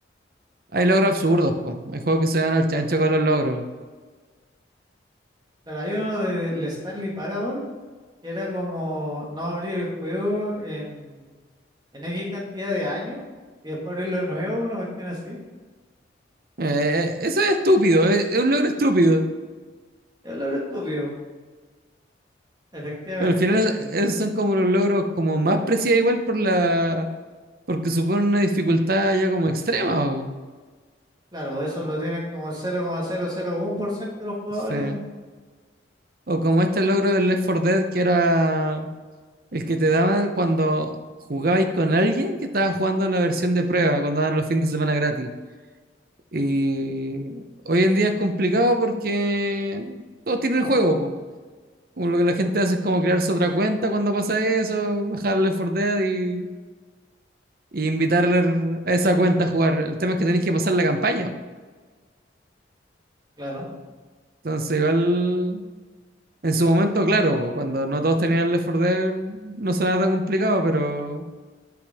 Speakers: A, on the right (about 50°); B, on the right (about 20°).
A: hay logros absurdos, po. Hay juegos que se dan al chancho con los logros.
B: Claro, hay uno del Stanley Parable Era como no abrir el juego en, en X cantidad de años y después abrirlo de nuevo, una cuestión así.
A: Eh, eh, eso es estúpido, es, es un logro estúpido.
B: Es lo estúpido, efectivamente.
A: Pero al final
B: bo.
A: esos son como los logros como más precisos igual por la, porque suponen una dificultad ya como extrema, o,
B: Claro, eso lo tienen como el 0,001% de los jugadores,
A: sí. O como este logro del Left 4 Dead que era El que te daban cuando jugabais con alguien que estaba jugando la versión de prueba, cuando daban los fines de semana gratis. Y hoy en día es complicado porque todos tienen el juego, po. Como lo que la gente hace es como crearse otra cuenta cuando pasa eso, bajarle for Dead y, y invitarle a esa cuenta a jugar. El tema es que tenéis que pasar la campaña. po.
B: claro.
A: Entonces, igual, en su momento, claro, po, cuando no todos tenían el Left 4 Dead, no sonaba tan complicado, pero